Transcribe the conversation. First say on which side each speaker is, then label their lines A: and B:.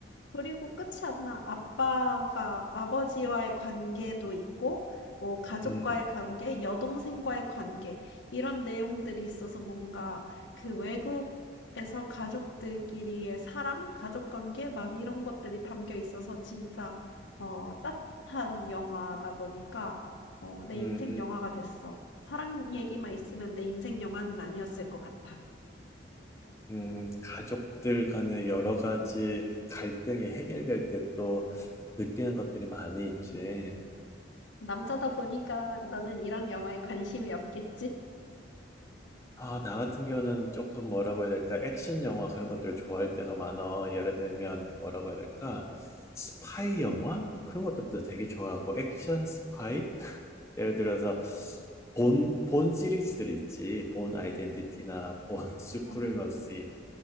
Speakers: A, on the left (about 90°); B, on the left (about 15°).
A: 그리고 끝이 안 나. 아빠가 아버지와의 관계도 있고, 뭐 가족과의
B: 음,
A: 관계, 여동생과의 관계 이런 내용들이 있어서 뭔가 그 외국에서 가족들끼리의 사랑, 가족 관계 막 이런 것들이 담겨 있어서 진짜 어, 따뜻한 영화다 보니까 어, 내
B: 음.
A: 인생 영화가 됐어. 사랑 얘기만 있으면 내 인생 영화는 아니었을 것 같아.
B: 음, 가족들 간의 여러 가지 갈등이 해결될 때 또 느끼는 것들이 많이 있지.
A: 남자다 보니까 너는 이런 영화에 관심이 없겠지?
B: 아, 나 같은 경우는 조금 뭐라고 해야 될까? 액션 영화 그런 것들을 좋아할 때가 많아. 예를 들면 뭐라고 해야 될까? 스파이 영화? 그런 것들도 되게 좋아하고, 액션 스파이? <laughs> 예를 들어서 본, 본 시리즈들 있지. 본 아이덴티티나 본 <laughs> 수프리머시
A: 어.